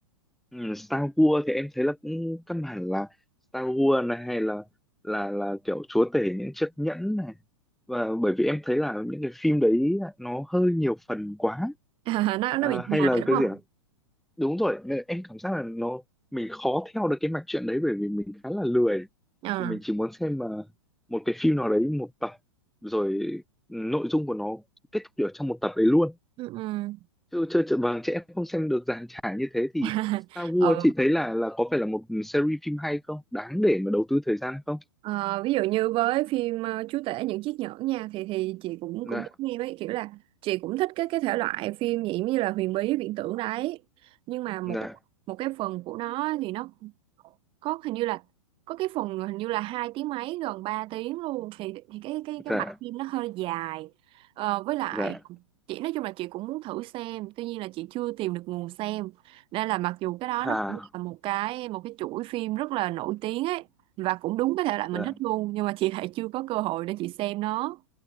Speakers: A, in the centre; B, on the right.
A: ừ, Star Wars thì em thấy là cũng căn bản là Star Wars này hay là là là kiểu chúa tể những chiếc nhẫn này và bởi vì em thấy là những cái phim đấy nó hơi nhiều phần quá
B: <laughs> nó nó
A: À,
B: bị dài
A: hay là
B: đúng
A: cái
B: không
A: gì ạ? Đúng rồi, nên em cảm giác là nó mình khó theo được cái mạch truyện đấy bởi vì mình khá là lười
B: ờ
A: thì mình chỉ muốn xem mà một cái phim nào đấy một tập rồi nội dung của nó kết thúc ở trong một tập đấy luôn
B: ừ ừ
A: chứ chơi chợ vàng trẻ em không xem được dàn trải như thế thì
B: <laughs>
A: Star Wars
B: ờ
A: chị thấy là là có phải là một series phim hay không đáng để mà đầu tư thời gian không
B: Ờ, ví dụ như với phim ờ, Chúa tể những chiếc nhẫn nha thì thì chị cũng
A: dạ
B: cũng giống em ấy kiểu là chị cũng thích cái cái thể loại phim nhỉ như là huyền bí viễn tưởng đấy nhưng mà một
A: dạ
B: một cái phần của nó thì nó có hình như là có cái phần hình như là hai tiếng mấy gần 3 tiếng luôn thì thì cái cái
A: dạ
B: cái mạch phim nó hơi dài Ờ, với lại
A: dạ
B: chị nói chung là chị cũng muốn thử xem tuy nhiên là chị chưa tìm được nguồn xem nên là mặc dù cái đó
A: à
B: nó cũng là một cái một cái chuỗi phim rất là nổi tiếng ấy và cũng đúng cái thể loại mình
A: dạ
B: thích luôn nhưng mà chị lại chưa có cơ hội để chị xem nó